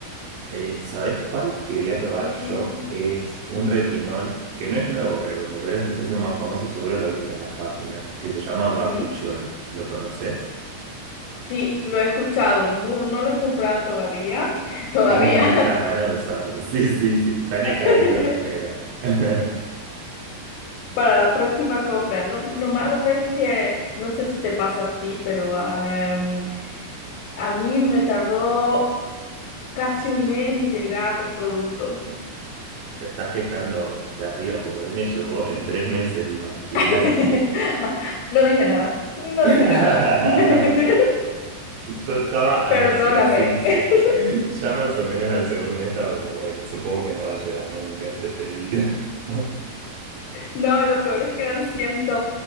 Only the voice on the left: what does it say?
Eh,
ujú,
ujú.
Sí, lo he escuchado, no, no lo he comprado todavía, <laughs> todavía.
<laughs>
para la próxima compra. Lo, lo malo es que, no sé si te pasa a ti, pero am, a mí me tardó casi un mes en llegar los productos.
<laughs> No dije nada, no
dije nada. <laughs>
Perdóname.
<laughs>
No, y lo peor es que eran cien,